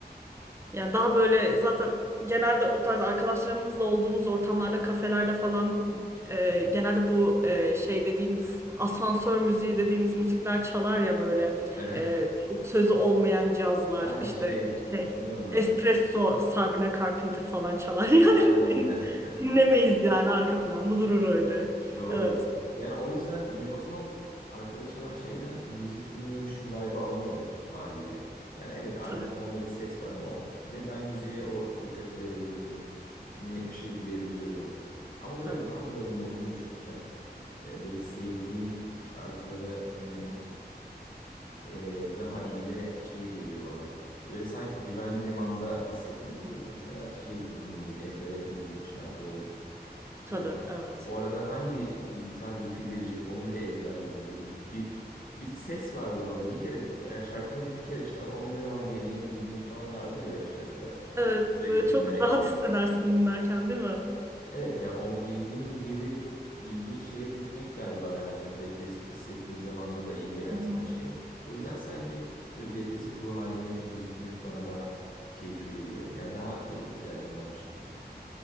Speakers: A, on the right; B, on the left.
A: Yani daha böyle zaten genelde o tarz arkadaşlarımızla olduğumuz ortamlarda, kafelerde falan e, genelde bu e, şey dediğimiz asansör müziği dediğimiz müzikler çalar ya böyle
B: Evet.
A: e, sözü olmayan cazlar
B: <laughs> Aynen
A: işte
B: şey
A: şey
B: neydi onun adı?
A: espresso Sabrina Carpenter falan çalar <laughs> yani.
B: Aynen aynen.
A: Dinlemeyiz
B: <laughs>
A: yani arka planda durur öyle.
B: Doğru.
A: Evet
B: Yani o yüzden mü- o zaman arkada çalan şeyden müzik dinliyormuşum vibe'ı alamıyorum haliyle. Yani evet arka
A: tabii
B: fonda bir ses var ama ne ben müziğe o dikkati verebiliyorum ne bir şey duyabiliyorum. Ama
A: tabii
B: böyle daha böyle modum düşükken e, böyle sevdiğim şarkılara dinlemek e, daha iyi ve şey geliyor bana. Böyle sanki güvenli limanda hissetmek
A: Hı,
B: gibi mesela sürekli dinlediğin ezbere bildiğin şarkıları
A: tabii
B: böyle
A: evet.
B: o arada hangi bir gitar riff'i girecek onu bile ezberlediğim böyle bir, bir bir ses vardır orada. Bir kere yani şarkı boyunca bir kere çalar. Onun ne zaman geleceğini bildiğin falan vardır ya öyle şarkılar.
A: Evet
B: Sürekli
A: böyle çok
B: dinlemekten.
A: rahat hissedersin dinlerken değil mi? Hı
B: Evet yani o bildiğin yeri bildiğin şeye gitmek galiba herhalde o depresif hissettiğin zamanda da iyi gelen
A: hı.
B: sana şey. O yüzden sanki böyle depresif ruh halindeyken müzik dinlemek bana daha keyifli geliyor. Yani daha böyle ihtiyacım varmış gibi. geliyor.